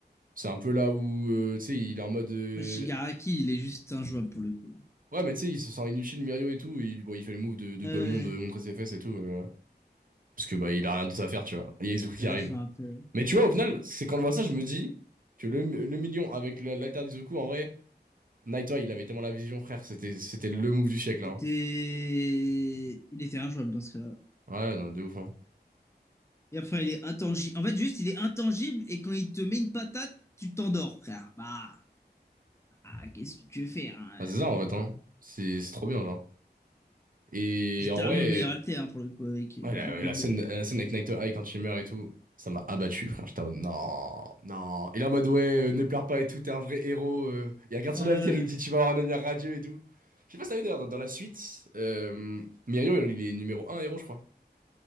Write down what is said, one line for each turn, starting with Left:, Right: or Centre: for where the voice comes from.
Right: c'est un peu là où, euh, tu sais, il est en mode. euh,
Left: Ouais, Shigaraki, il est juste injouable, pour le coup.
Right: Ouais, mais tu sais, il se sent inutile, Mirio et tout. Il, bon, il fait le move de, de
Left: Euh...
Right: Golemon de montrer ses fesses et tout. euh, parce que, bah, il a rien d'autre à faire, tu vois. Et il y a Izuku qui
Left: Là,
Right: arrive.
Left: je vois un peu.
Right: Mais tu vois, au final, c'est quand je vois ça, je me dis que le, le million avec la- l'alter d'Izuku, en vrai, Naito, il avait tellement la vision, frère. C'était, c'était le move du siècle, hein.
Left: C'était... Il était injouable, dans ce cas-là.
Right: Ouais, non, mais de ouf, hein.
Left: Et après, il est intangible. En fait, juste, il est intangible et quand il te met une patate, tu t'endors, frère. Bah, ah, qu'est-ce que tu veux faire hein
Right: Bah, c'est ça,
Left: euh.
Right: en fait, hein. C'est c'est trop bien, genre. Et
Left: C'est littéralement
Right: en vrai.
Left: le meilleur alter hein, pour le coup avec euh,
Right: Ouais, la,
Left: en combo.
Right: la scène, la scène avec Night Eye quand il meurt et tout, ça m'a abattu, frère. J'étais en mode, non, non. Il est en mode, ouais, euh, ne pleure pas et tout, t'es un vrai héros. euh. Il regarde son
Left: Euh,
Right: avenir, il dit, tu vas avoir un avenir radieux et tout. Je sais pas si t'as vu d'ailleurs, dans, dans la suite, euh, Mirio, il est numéro un héros, je crois.